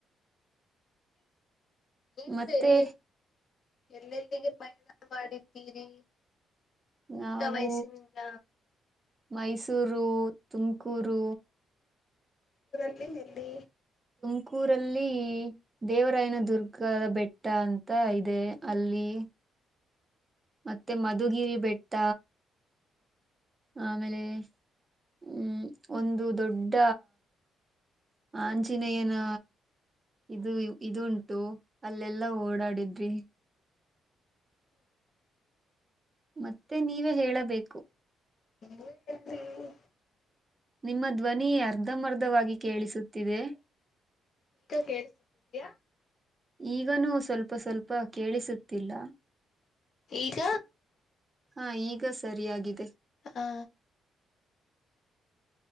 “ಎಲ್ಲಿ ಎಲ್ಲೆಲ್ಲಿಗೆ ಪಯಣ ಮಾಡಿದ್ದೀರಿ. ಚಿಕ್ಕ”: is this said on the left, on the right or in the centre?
Left